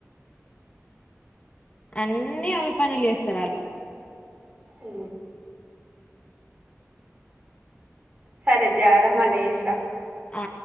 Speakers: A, on the left (about 25°); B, on the right (about 25°).
A: అన్ని అవే పనులు చేస్తారు వాళ్ళు
B: ఉ సరే జార మల్లి చేస్త
A: ఆ